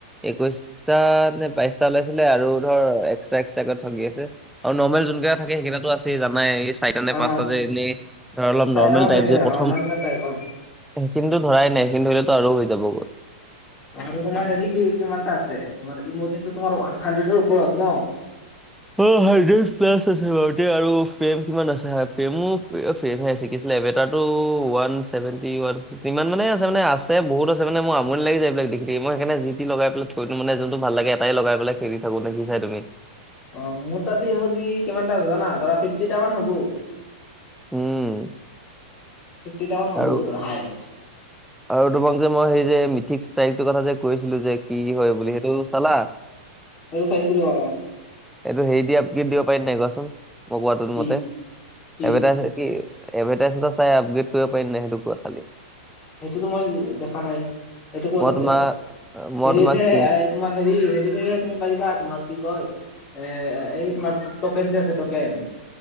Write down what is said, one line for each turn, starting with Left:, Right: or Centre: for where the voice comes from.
Centre: একৈশ টা নে বাইশটা ওলাইছিলে আৰু ধৰ এক্সট্ৰা এক্সট্ৰাকে ঠগি আছে। আৰু নৰ্মেল যোন কেইটা থাকে সেইকেইটাতো আছে জানাই এই চাৰিটা নে
Left: অ
Centre: পাঁচটা যে এনেই ধৰ অলপ
Left: চাৰিটামান
Centre: নৰ্মেল টাইপ
Left: থাকে
Centre: যে প-
Left: অ নন মেল টাইপ অ।
Centre: সেইখিনিতো ধৰাই নাই সেইখিনি ধৰিলেতো আৰু হৈ যাব গৈ।
Left: আৰু তোমাৰ হেৰি কি কিমানটা আছে তোমাৰ ইমজিটো তোমাৰ হানড্ৰেডৰ ওপৰত ন?
Centre: অহ হানড্ৰেড প্লাছ আছে বাৰু দিয়া আৰু ফ্ৰেম কিমান আছে ফ্ৰেমো ফ্ৰে- সেভাই ছিকিছিলে এবেটাৰ টো ওৱান চছেভেনটি ওৱান। ইমান মানে আছে মানে আছে বহুত আছে মানে মোৰ আমনি লাগি যায় এইবিলাক দেখি মই সেইকাৰনে যিটি লগাই পেলাই থ- থৈটো মানে যোনটো ভাল লাগে এটাই লগাই পেলাই খেলি থাকো দেখিছাই তুমি।
Left: অ মোৰ তাটো মোৰ কিমানটা জানা ধৰা ফিফটি টা মান হবো।
Centre: উম
Left: ফিফটি টা মান হ'ব
Centre: আৰু
Left: ধৰা হায়েষ্ট।
Centre: আৰু তোমাক যে মই সেই যে মিথিক্ তাইপটোৰ কথা যে কৈছিলো যে কি হয় বুলি সেইটো চালা?
Left: এইটো চাইছিলো অ।
Centre: এইটো হেৰি দি আপগ্ৰেড দিব পাৰিম নাই কোৱাচোন মই কোৱাটো
Left: কি
Centre: মতে?
Left: কি
Centre: এভেদাইছ কি এডভাৰ্টাইজ এটা চাই আপগ্ৰেড কৰিব পাৰিম নাই সেইটো কোৱা খালি?
Left: সেইটোতো মই দেখা নাই এইটো কত
Centre: মই
Left: আছে
Centre: তোমাৰ মই
Left: হেৰিত
Centre: তোমাক
Left: হে
Centre: স্ক্ৰীন
Left: এয়াইত তোমাৰ হেৰি হেৰি কৰিহে তুমি পাৰিবা তোমাৰ কি কয় এ এই তোমাৰ টকেন যে আছে টকেন